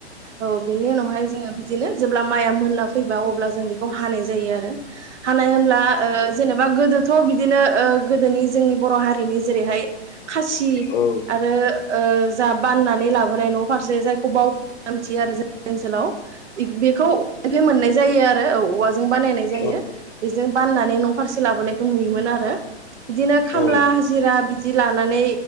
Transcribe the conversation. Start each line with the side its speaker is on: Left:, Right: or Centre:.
Right: औ बिनि उनावहाय जोङो बिदिनो जेब्ला माइआ मोनना फैबा अब्ला जों बेखौ हानाय जायो आरो हानाय होमब्ला जेनेबा गोदो थ' बिदिनो गोदोनि जोंनि बर' हारिनि जेरैहाय खासि
Left: औ
Right: आरो जा बाननानै लाबोनाय न' फारसे जायखौ बावखा होनना मिथियो आरो जों ओनसोलाव बेखौ औवानिफ्राय मोननाय जायो आरो औ औवाजों बानायनाय जायो
Left: औ
Right: बेजोंनो बाननानै न' फारसे लाबोनायखौ नुयोमोन आरो बिदिनो खामला
Left: औ औ
Right: हाजिरा बिदि लानानै